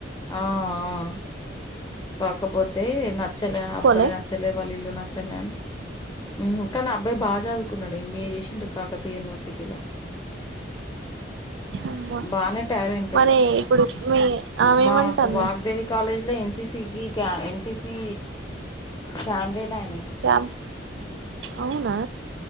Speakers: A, on the left; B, on the right.
A: ఆ ఆ పాకపోతే నచ్చలే
B: ఒప్పుకోలే
A: అబ్బాయి నచ్చలే వాళ్ళ ఇల్లు నచ్చలే అని ఊహ్ కానీ ఆ అబ్బాయి బా చదుకున్నాడే ఎంబీఏ చేసిండు కాకతీయ యూనివర్సిటీలో <inaudible>
B: అమ్మ
A: బానే టాలెంటెడు
B: మరి ఇప్పుడు మీ ఆమె
A: మాకు
B: ఏమంటాంది
A: వాగ్దేవి కాలేజ్ లో ఎన్సిసి కి క ఎన్సిసి క్యాండిడేట్ ఆయన
B: చా అవునా